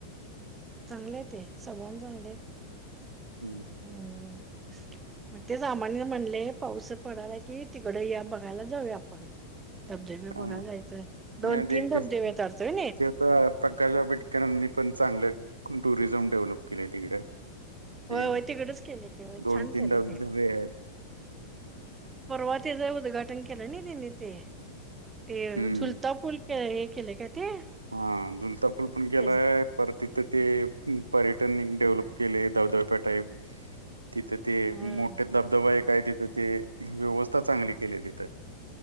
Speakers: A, on the right; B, on the right.
A: चांगले ते सवण चांगले आहेत
B: ह
A: हम् मग ते सामान्य म्हणले पाऊस पडलाय की तिकड या बघायला जाऊया आपण धबधबे बघायला
B: हा
A: जायचय
B: नाही
A: दोन
B: ते
A: तीन धबधबे
B: कस
A: तरतोय
B: ते प्रकाश आंबेडकरांनी पण चांगलं टुरिझम डेव्हलप केलं तिकडे ते
A: हो होय तिकडच केलेय क
B: दोन
A: छान
B: तीन
A: केले
B: धबे
A: ते
B: धबे आहेत
A: परर्वातचं उद्घाटन केलं ना तिने ते ते
B: हम्म
A: झुलता पूल हे केले काय ते
B: हा जुलता फुल पण गेलाय
A: त्याच
B: पर तिथं ते पर्यटन डेव्हलप केले धवधवप्या टाईप तिथं ते
A: हम्म
B: मोठे धबधबा काय तिथं ते व्यवस्था चांगली केली तिथं